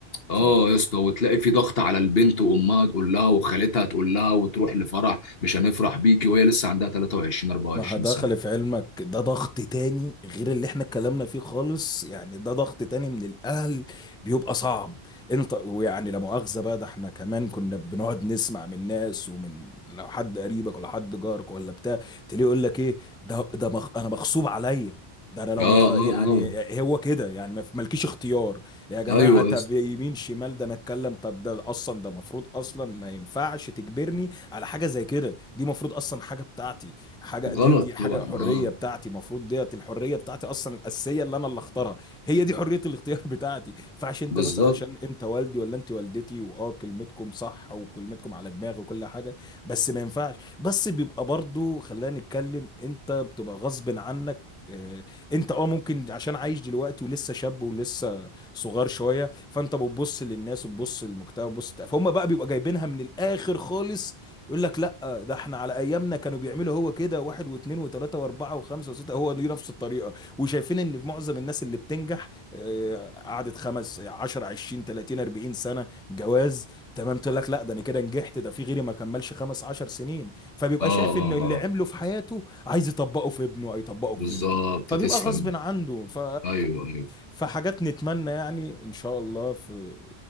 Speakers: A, on the left; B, in the centre.
A: اه
B: ف
A: يا اسطى وتلاقي في ضغط على البنت وامها تقول لها وخالتها تقول لها وتروح لفرح مش هنفرح بيكي وهي لسه عندها 23 24
B: ما هدخل
A: سنه
B: في علمك ده ضغط تاني غير اللي احنا اتكلمنا فيه خالص يعني ده ضغط تاني من الاهل بيبقى صعب انت ويعني لا مؤاخذة بقى ده احنا كمان كنا بنقعد نسمع من ناس ومن لو حد قريبك ولا حد جارك ولا بتاع تلاقيه يقول لك ايه ده ده مخ انا مغصوب عليا ده انا لو
A: اه
B: ما تخ...
A: اه
B: يعني
A: اه
B: هو كده يعني ما في- مالكيش اختيار يا جماعه
A: ايوه
B: طب
A: يا اسطى
B: يمين شمال ده انا اتكلم طب ده اصلا ده مفروض اصلا ما ينفعش تجبرني على حاجه زي كده دي مفروض اصلا حاجه بتاعتي حاجه دي
A: غلط
B: دي حاجه
A: طبعا
B: حريه
A: اه
B: بتاعتي المفروض ديت الحريه بتاعتي اصلا الاساسيه اللي انا اللي اختارها هي دي حريه الاختيار بتاعتي فعشان انت
A: بالظبط
B: مثلا عشان انت والدي ولا انت والدتي واه كلمتكم صح وكلمتكم على دماغي وكل حاجه بس ما ينفعش بس بيبقى برضو خلينا نتكلم انت بتبقى غصب عنك آه، انت اه ممكن عشان عايش دلوقتي ولسه شاب ولسه صغار شويه فانت بتبص للناس وبتبص للمجتمع وبتبص فهم بقى بيبقى جايبينها من الاخر خالص يقول لك لا ده احنا على ايامنا كانوا بيعملوا هو كده واحد واثنين وثلاثه واربعه وخمسه وسته هو دي نفس الطريقه وشايفين ان في معظم الناس اللي بتنجح آه، قعدت خمس 10 20 30 40 سنه جواز تمام تقول لك لا ده انا كده نجحت ده في غيري ما كملش خمس 10 سنين فبيبقى
A: اه
B: شايف ان
A: اه
B: اللي
A: اه
B: عمله في حياته عايز يطبقه في ابنه او يطبقه في
A: بالظبط
B: بنته فبيبقى
A: تسلم
B: غصب عنده ف...
A: ايوه ايوه
B: فحاجات نتمنى يعني ان شاء الله في...